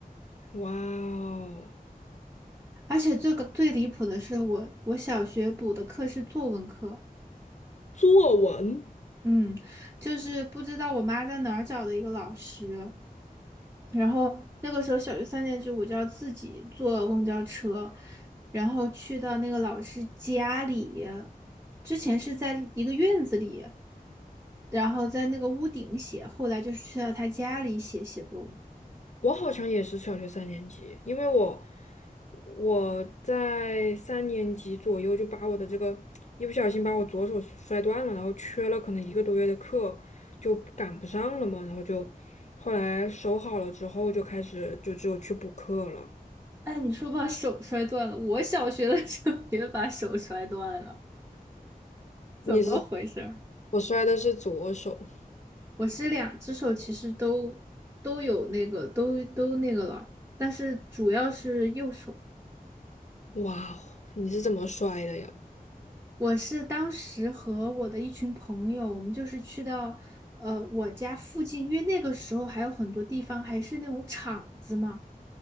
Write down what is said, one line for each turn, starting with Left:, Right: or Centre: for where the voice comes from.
Left: 哇哦，
Right: 而且最个最离谱的是我，我小学补的课是作文课，
Left: 作文，
Right: 嗯，就是不知道我妈在哪儿找的一个老师。然后那个时候小学三年级，我就要自己坐公交车，然后去到那个老师家里。之前是在一个院子里，然后在那个屋顶写，后来就是去到他家里写写作文。
Left: 我好像也是小学三年级，因为我我在三年级左右就把我的这个一不小心把我左手摔断了，然后缺了可能一个多月的课，就赶不上了嘛，然后就后来手好了之后就开始就只有去补课了。
Right: 哎，你说把手摔断了，我小学的时候也把手摔断了，怎么回事儿？
Left: 你是，我摔的是左手，
Right: 我是两只手其实都都有那个都都那个了，但是主要是右手。
Left: 哇哦，你是怎么摔的呀？
Right: 我是当时和我的一群朋友，我们就是去到呃我家附近，因为那个时候还有很多地方还是那种厂子嘛，